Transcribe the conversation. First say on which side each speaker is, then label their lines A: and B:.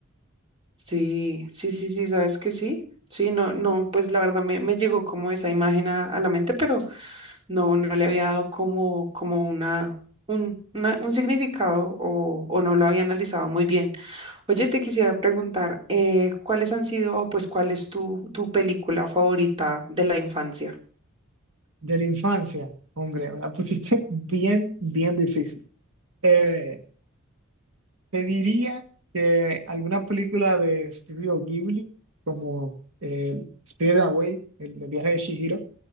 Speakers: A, on the right (about 25°); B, on the right (about 70°).
A: sí, sí, sí, sí, ¿sabes que sí? Sí, no, no, pues la verdad me, me llegó como esa imagen a, a la mente, pero... no, no le había dado como, como una, un, una- un significado o, o no lo había analizado muy bien. Oye, te quisiera preguntar, eh, ¿cuáles han sido o pues cuál es tu, tu película favorita de la infancia?
B: De la infancia, hombre, me la pusiste <laughs> bien, bien difícil. Eh, Te diría que alguna película de estudio Ghibli, como eh, Spirited Away, el, el viaje de Chihiro,